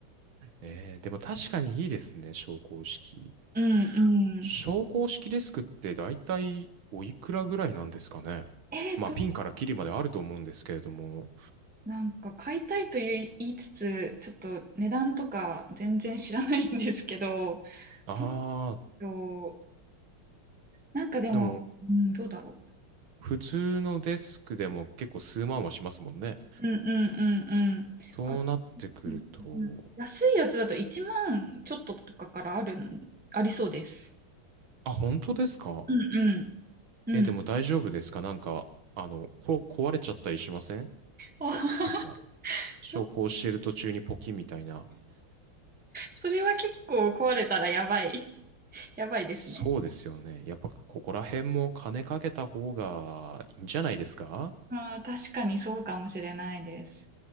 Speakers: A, on the right (about 70°); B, in the centre.
A: えー、でも確かにいいですね、昇降式。
B: <laughs> うん、うん。
A: 昇降式デスクって大体おいくらぐらいなんですかね。
B: えっと、
A: まあ、ピンからキリまであると思うんですけれども。
B: なんか買いたいという言いつつ、ちょっと値段とか全然知らないんですけど、
A: ああ、
B: <laughs> どうしよう。なんかでも、
A: でも、
B: うん、どうだろ
A: 普通のデスクでも結構数万はしますもんね。
B: う。うんうんうんうん。
A: そうなってくると、
B: あ、うんうん安いやつだと1万ちょっととかからあるん、ありそうです。
A: あ、本当ですか
B: うんうん。うん。
A: え、でも大丈夫ですかなんか、あの、こ、壊れちゃったりしません
B: あ
A: なんか、昇降してる途中にポキみたいな。
B: <laughs> そそれは結構壊れたらやばい。やばいですね。
A: そうですよね。やっぱここら辺も金かけた方がいいんじゃないですか
B: ああ、確かにそうかもしれないです。